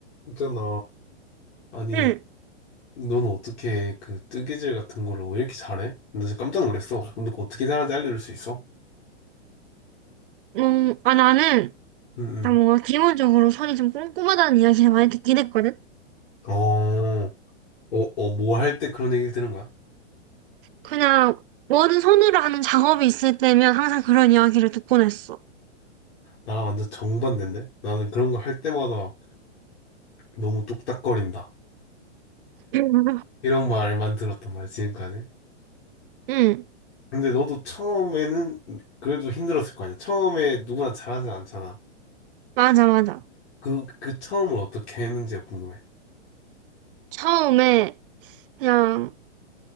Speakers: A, on the left (about 70°); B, on the right (about 50°).
A: 있잖아. 아니,
B: 응,
A: 너는 어떻게 그 뜨개질 같은 거를 왜 이렇게 잘해? 나 진짜 깜짝 놀랐어. 근데 그거 어떻게 잘하는지 알려줄 수 있어?
B: 음, 아, 나는,
A: 응, 응.
B: 일단 뭔가 기본적으로 손이 좀 꼼꼼하다는 이야기를 많이 듣긴 했거든?
A: 어, 어, 어, 뭐 할 때 그런 얘기를 들은 거야?
B: 그냥, 뭐든 손으로 하는 작업이 있을 때면 항상 그런 이야기를 듣곤 했어.
A: 나랑 완전 정반대인데? 나는 그런 거 할 때마다 너무 뚝딱거린다.
B: <laughs>
A: 이런 말만 들었단 말이야, 지금까지.
B: 응,
A: 근데 너도 처음에는 그래도 힘들었을 거 아니야? 처음에 누구나 잘하진 않잖아.
B: 맞아, 맞아.
A: 그, 그 처음을 어떻게 했는지가 궁금해.
B: 처음에, 그냥,